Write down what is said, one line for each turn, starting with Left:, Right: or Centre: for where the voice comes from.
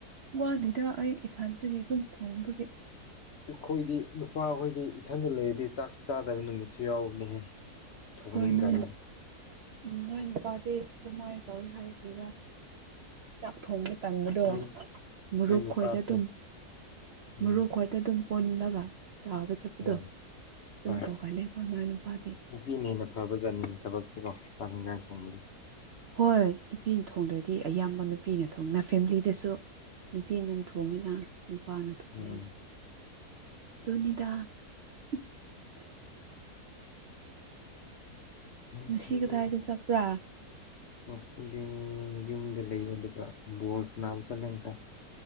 Right: ꯋꯥꯗꯦꯗ ꯑꯩ ꯏꯊꯟꯇꯒꯤ ꯑꯗꯨꯝ ꯊꯣꯡꯕꯒꯤ
Left: ꯑꯈꯣꯏꯗꯤ ꯅꯨꯄꯥꯍꯣꯏꯗꯤ ꯏꯊꯟꯗ ꯂꯩꯔꯗꯤ ꯆꯥꯛ ꯆꯥꯗꯕ ꯅꯨꯃꯤꯠꯁꯨ ꯌꯥꯎꯕꯅꯦꯍꯦ ꯊꯣꯡꯅꯤꯡꯗꯕꯒꯤ
Right: ꯍꯣꯏ ꯅꯣꯏ ꯎꯝ ꯅꯣꯏ ꯅꯨꯄꯥꯗꯤ ꯑꯗꯨꯃꯥꯏꯅ ꯇꯧꯏꯍꯥꯏ ꯀꯔꯤꯔ ꯆꯥꯛ ꯊꯣꯡꯕ ꯇꯟꯕꯗꯣ
Left: ꯎꯝ
Right: ꯃꯨꯞ
Left: ꯅꯣꯏ ꯅꯨꯄꯥꯁꯦ
Right: ꯈꯣꯏꯗ ꯑꯗꯨꯝ
Left: ꯎꯝ
Right: ꯃꯔꯨꯞ ꯈꯣꯏꯗ ꯑꯗꯨꯝ ꯄꯨꯜꯂꯒ ꯆꯥꯕ ꯆꯠꯄꯗꯣ
Left: ꯎꯝ
Right: ꯑꯗꯨꯝ
Left: ꯍꯣꯏ
Right: ꯇꯧꯒꯜꯂꯦꯀꯣ ꯅꯣꯏ ꯅꯨꯄꯥꯗꯤ
Left: ꯅꯨꯄꯤꯅ ꯍꯦꯟꯅ ꯐꯕ ꯖꯥꯠꯅꯤ ꯊꯕꯛꯁꯤꯀꯣ ꯆꯥꯛ ꯏꯟꯁꯥꯡ ꯊꯣꯡꯕꯗꯤ
Right: ꯍꯣꯏ ꯅꯨꯄꯤꯅ ꯊꯣꯡꯗ꯭ꯔꯗꯤ ꯑꯌꯥꯝꯕ ꯅꯨꯄꯤꯅ ꯊꯣꯡꯅ ꯐꯦꯃꯤꯂꯤꯗꯁꯨ ꯅꯨꯄꯤꯅ ꯊꯣꯡꯉꯤꯅ ꯅꯨꯄꯥꯅ ꯊꯣꯡꯗꯦꯅ
Left: ꯎꯝ
Right: ꯑꯗꯨꯅꯤꯗ <inaudible>
Left: ꯎꯝ
Right: ꯉꯁꯤ ꯀꯗꯥꯏꯗ ꯆꯠꯄ꯭ꯔꯥ
Left: ꯉꯁꯤꯗꯤ ꯌꯨꯝꯗ ꯂꯩꯌꯦ ꯑꯗꯨꯒ ꯕꯣꯜ ꯁꯅꯥꯕ ꯆꯠꯂꯦ ꯉꯁꯥꯏ